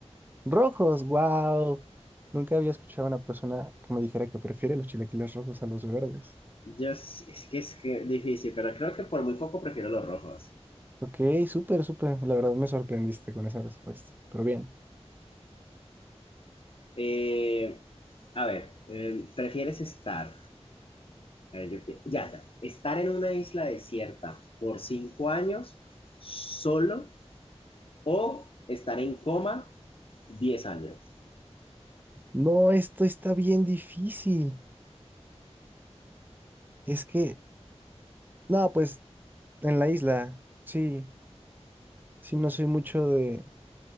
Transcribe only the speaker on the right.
Rojos, wow. Nunca había escuchado a una persona que me dijera que prefiere los chilaquiles rojos a los verdes.
Ok, súper, súper. La verdad me sorprendiste con esa respuesta. Pero bien.
No, esto está bien difícil. Es que, no, pues en la isla, sí, sí, no soy mucho de,